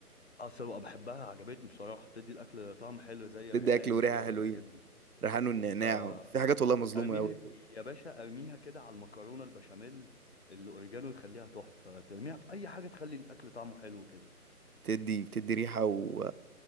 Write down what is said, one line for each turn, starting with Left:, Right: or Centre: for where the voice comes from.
Left: اصل بقى بحبها عجبتني بصراحه بتدي الاكل طعم حلو
Right: <laughs>
Left: زي
Right: تدي
Left: الريحان
Right: اكل وريحة
Left: كده
Right: حلوين
Left: والحاجات دي
Right: ريحان والنعناع
Left: فارميها
Right: في حاجات والله مظلومة
Left: يا
Right: قوي
Left: باشا ارميها كده على المكرونه البشاميل الاوريجانو يخليها تحفه ترميها في اي حاجه تخلي الاكل طعمه حلو كده
Right: بتدي بتدي ريحة و...